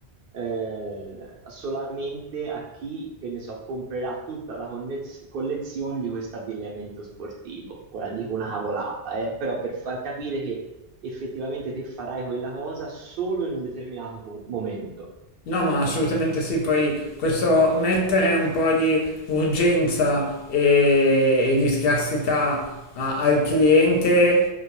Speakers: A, on the right (about 65°); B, on the left (about 70°).
A: eh, solamente a chi che ne so, comprerà tutta la connez- collezione di questo abbigliamento sportivo. Ora dico una cavolata, eh, però per far capire che effettivamente te farai quella cosa solo in un determinato pu- momento.
B: No, ma assolutamente sì. Poi questo mettere un po' di urgenza e, e di scarsità a- al cliente